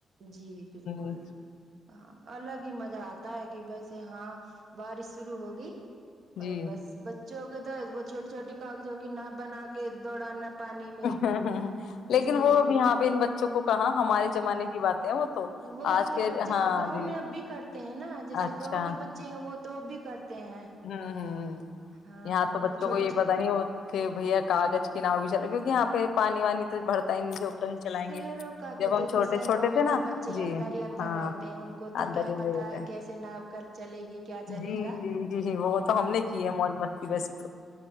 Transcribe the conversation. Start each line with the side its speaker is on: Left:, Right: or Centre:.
Right: جی بالکل
Left: ہ
Right: ہاں الگ ہی مزہ آتا ہے کہ بیسے ہاں بارش شرو ہوگی
Left: جی
Right: اور بس بچ چک د وہ چھوٹی چھوٹی کاغذوں کی نہ بنا کے دوڑانا پانی میں
Left: ہ ہ لیکن
Right: جی
Left: وہ اب
Right: بالکل
Left: یہاں پہ ان بچوں کو کہاں ہمارے زمانے کی بات ہے وہ تو
Right: وہ
Left: آج
Right: تو
Left: کے
Right: بچے
Left: ہاں
Right: گاؤں
Left: جی
Right: میں اب بھی کرتے ہیں نا جیسے
Left: اچھا
Right: گاؤں کے بچے ہیں وہ تو بھی کرتے ہیں
Left: ہوں ہوں
Right: ہاں
Left: یہاں تو
Right: نہیں
Left: بچوں
Right: چھوٹے
Left: کو یہ پتا نہیں ہوتے بھیا کاغذ کی نؤ بھی چل کیک یہ پہ پانی وانی تو بھرتا ہی نہیں جو کہیں چلائیں
Right: شہروں
Left: گے
Right: کا
Left: جب
Right: تو
Left: ہم
Right: دیکھو
Left: چھوٹے
Right: شہروں
Left: چھوٹے
Right: میں
Left: تھے نا
Right: تو بچے
Left: جی
Right: اندر ہی اندر
Left: ہاں
Right: رہتے ہیں ان کو تو
Left: اندر
Right: کیا
Left: ہی
Right: پتا
Left: میں رہتا
Right: ہے کیسے ناو کر چلے گی کیا چلے
Left: جی
Right: گا
Left: جی جی جی وہ تو ہم نے کی ہے موج مستی میں رسک